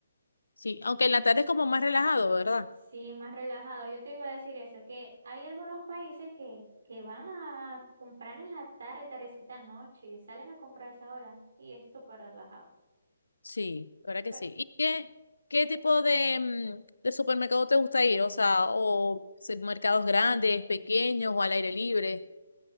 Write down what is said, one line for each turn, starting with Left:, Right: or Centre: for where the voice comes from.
Left: Sí, aunque en la tarde es como más relajado, ¿verdad?
Right: Sí, más relajado. Yo te iba a decir eso, que hay algunos países que, que van a comprar en la tarde, tardecita, noche, y salen a comprar a esa hora y es súper relajado.
Left: Sí. La verdad que
Right: Pues,
Left: sí. ¿Y qué, qué tipo de, mm, de supermercado te gusta ir? O sea, o se- mercados grandes, pequeños o al aire libre.